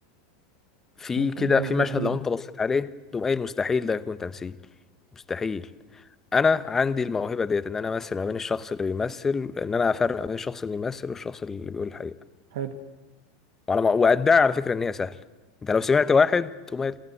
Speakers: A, on the left; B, on the right.
A: في
B: ممكن
A: كده
B: بنسبة
A: في مشهد
B: كبيرة
A: لو انت بصيت عليه تقوم قايل مستحيل ده يكون تمثيل مستحيل انا عندي الموهبه ديت ان انا امثل ما بين الشخص اللي بيمثل ان انا افرق ما بين الشخص اللي بيمثل والشخص اللي بيقول الحقيقه
B: حلو
A: وعلى ما وأدعي على فكرة إن هي سهلة أنت لو سمعت واحد تقوم قايل،